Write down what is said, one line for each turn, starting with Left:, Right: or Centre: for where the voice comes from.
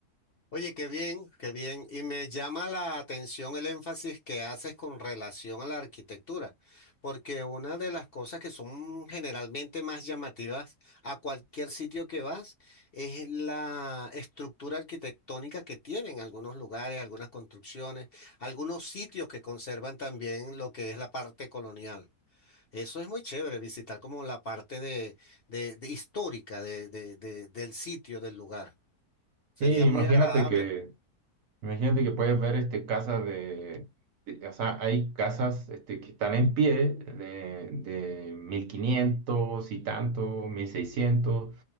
Left: Oye, qué bien, qué bien. Y me llama la atención el énfasis que haces con relación a la arquitectura, porque una de las cosas que son generalmente más llamativas a cualquier sitio que vas es la estructura arquitectónica que tienen algunos lugares, algunas construcciones, algunos sitios que conservan también lo que es la parte colonial. Eso es muy chévere, visitar como la parte de, de- de histórica de- de- de- del sitio, del lugar. Sería
Right: Sí, imagínate
Left: muy agradable.
Right: que, imagínate que puedes ver este casas de, de- o sea, hay casas este, que están en pie de, de 1500 y tanto, 1600